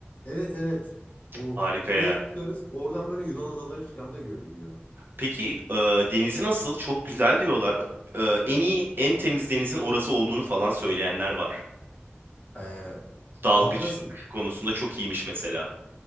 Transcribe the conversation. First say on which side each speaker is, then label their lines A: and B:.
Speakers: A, on the left; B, on the right.
A: Evet evet. O
B: Harika
A: oraya
B: ya.
A: çıkarız. Oradan böyle Yunan adaları falan da görünüyor.
B: Peki e, denizi nasıl? Çok güzel diyorlar. E, en iyi, en temiz denizin orası olduğunu falan söyleyenler var.
A: Eee
B: Dalgıçlık
A: Adrasa.
B: konusunda çok iyiymiş mesela.